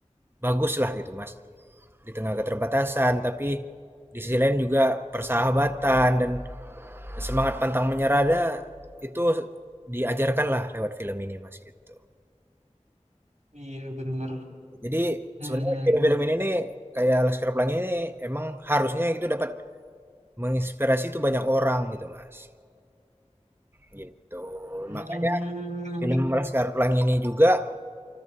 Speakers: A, on the right; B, on the right.
A: bagus lah gitu mas di tengah keterbatasan tapi di sisi lain juga persahabatan dan semangat pantang menyerah itu diajarkan lah lewat film ini mas gitu
B: Iya, bener.
A: jadi
B: Hmm,
A: sebenarnya film-film
B: hmm, hmm.
A: ini nih kayak Laskar Pelangi ini emang harusnya itu dapat menginspirasi itu banyak orang gitu mas gitu
B: Hmm,
A: makanya film Laskar Pelangi ini juga